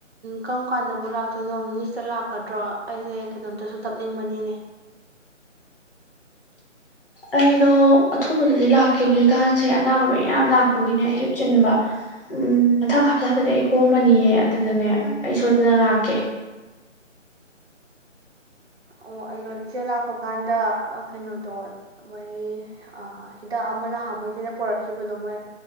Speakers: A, on the right; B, on the left.
A: ꯀꯔꯝ ꯀꯥꯟꯗꯕꯨ ꯂꯥꯛꯇꯣꯏꯅꯣ ꯅꯤꯁꯤꯗ ꯂꯥꯛꯀꯗ꯭ꯔꯣ ꯑꯩꯁꯦ ꯀꯩꯅꯣꯝꯇꯁꯨ ꯇꯞꯅꯤꯡꯕꯅꯤꯅꯦ
B: ꯑꯩꯗꯣ ꯑꯊꯨꯕꯗꯗꯤ ꯂꯥꯛꯀꯦ ꯍꯧꯖꯤꯛꯀꯥꯟꯁꯦ ꯑꯅꯥꯕ ꯃꯌꯥꯝ ꯂꯥꯛꯄꯒꯤꯅꯦ ꯑꯩꯁꯨ ꯆꯤꯟꯕ ꯎꯝ ꯃꯊꯪ ꯍꯥꯞꯇꯗꯗꯤ ꯑꯩ ꯀꯣꯝꯃꯅꯤꯌꯦ ꯑꯗꯨꯗꯅꯦ ꯑꯩ ꯁꯣꯗꯅ ꯂꯥꯛꯀꯦ
A: ꯑꯣ ꯑꯗꯣ ꯏꯆꯦ ꯂꯥꯛꯄ ꯀꯥꯟꯗ ꯀꯩꯅꯣꯗꯣ ꯃꯣꯏ ꯍꯤꯗꯥꯛ ꯑꯃ ꯅꯍꯥꯟ ꯃꯣꯏꯗꯅ ꯄꯨꯔꯛꯈꯤꯕꯗꯣ ꯃꯣꯏ